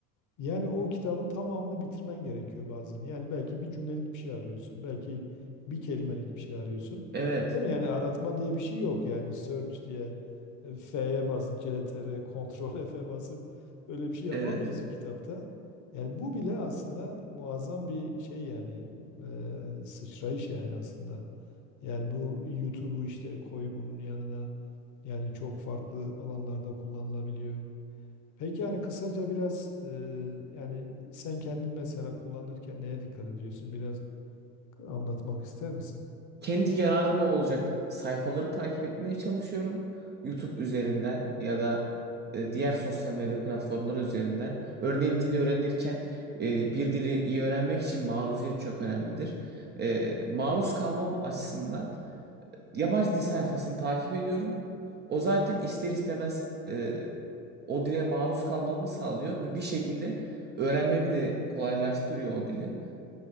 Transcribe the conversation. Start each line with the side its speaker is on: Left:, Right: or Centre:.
Left: Yani o kitabın tamamını bitirmen gerekiyor bazen. Yani belki bir cümlelik bir şey arıyorsun. Belki bir kelimelik bir şey arıyorsun.
Right: Evet,
Left: Değil mi? Yani aratma diye bir şey yok yani. Search diye e, F'ye basıp CTR, <laughs> Ctrl F'e basıp öyle bir şey yapamıyorsun
Right: evet.
Left: kitapta. Yani bu bile aslında muazzam bir şey yani e, sıçrayış yani aslında. Yani bu YouTube'u işte koy bunun yanına. Yani çok farklı alanlarda kullanılabiliyor. Peki yani kısaca biraz e, yani sen kendin mesela kullanırken neye dikkat ediyorsun? Biraz anlatmak ister misin?
Right: kendi yararıma olacak sayfaları takip etmeye çalışıyorum. YouTube üzerinden ya da e, diğer sosyal medya platformları üzerinden. Örneğin dil öğrenirken e, bir dili iyi öğrenmek için maruziyet çok önemlidir. E, maruz kalmam açısından yabancı dil sayfasını takip ediyorum. O zaten ister istemez e, o dile maruz kalmamı sağlıyor ve bir şekilde öğrenmemi de kolaylaştırıyor o dili.